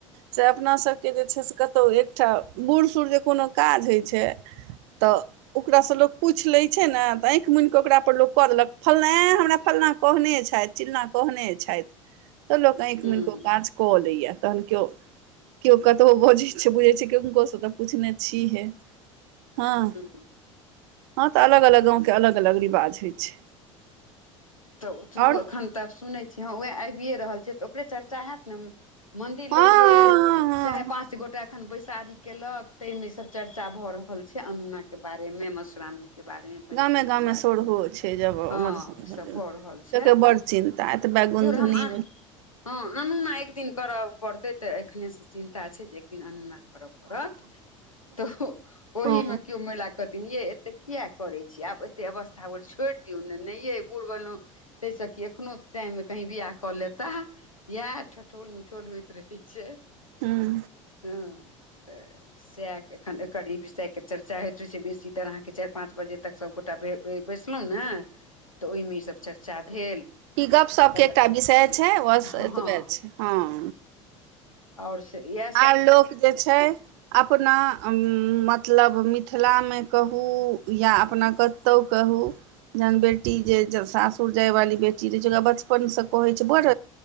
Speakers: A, on the right (about 55°); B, on the left (about 90°).
A: से अपना सबके जे छै से कतहु एकटा बूढ़- सूढ़ जे कोनो काज हइ छै तऽ ओकरा सँ लोक पूछि लै छै ने त आँइख मुनि कऽ ओकरा पर लोक कऽ लेलक फल्लाँँ एं हमरा फल्लाँ कहने छैथ। चिल्लां कहने छैथ। तऽ लोक ऑंइख
B: हूँ
A: मुनि के ओ काज कऽ लैये। तहन कियो केयो कतबो बजै छै बुझै छियै कि किनको से तऽ पूछने छीहे। हँ
B: हूँ
A: हँ तऽ अलग- अलग गाँव के अलग -अलग रिवाज होइ छै।
B: तऽ तू
A: आओर
B: एखन तब सुनै छी हँ वेएह आबिए रहल छै तऽ ओकरे चर्चा हैत ने। मंदिर
A: हँ
B: लोक गेल
A: हँ हँ हँ
B: चाहे
A: हँ
B: पाँच गोटा एखन बैसारी केलक तै मे ई सब चर्चा भऽ रहल छै अनूना के बारे मे मधुश्रामणी के बारे मे, पंचमी
A: गामे गामे
B: के बारे
A: सोरहो
B: मे,
A: छै जब
B: हां
A: मधुश्रावणी
B: त भऽ रहल छै
A: लोकके बड़ चिन्ता एतबे गुनधुनी
B: धुर हम आ हां अनुना एक दिन करय पड़तै तै ऐखने से चिन्ता छै जे एक दिन अनुना करा पड़त तऽ ओहि
A: हँ
B: मे कियो महिला कह थिन यै एते किया करय छी, आब एते अवस्था होल छोड़ दियौ नै नै यै बुढ़ भेलौ तै से कि एखनो टाइम मे कहीँ बियाह कऽ लेताह यैह ठठोल मिठोल होएत रहै छै
A: हँ
B: हां तऽ सैह एखन एकर ई विषय के चर्चा हैत रहय छै बेसी तर अहाँ के चाएर पांच बजे तक सब गोटा बे बै बैसलौ नै तऽ ओय मे ई सब चर्चा भेल।
A: ई गप्प-सप्प
B: तकर
A: के एकटा विषय छै, बस
B: हँ
A: एतबे
B: हँ
A: छै, हां।
B: और से यैह
A: आर लोक जे छै? अपना उम्म मतलब मिथिला मे कहू या अपना क तौ कहू जहन बेटी जे जब सासुर जायवाली बेटी रहै छै ओकरा बचपन से कहै छै बड़